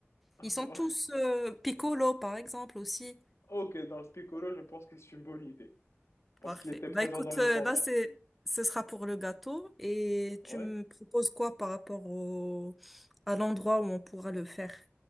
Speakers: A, on the left; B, in the centre.
A: <laughs>
B: Ils sont tous, euh, Piccolo par exemple aussi.
A: Ok, dans ce Piccolo, je pense que c'est une bonne idée. Parce
B: Parfait.
A: qu'il était
B: Bah
A: présent
B: écoute,
A: dans le
B: euh,
A: combat.
B: là c'est ce sera pour le gâteau et
A: Ouais.
B: tu me proposes quoi par rapport au à l'endroit où on pourra le faire?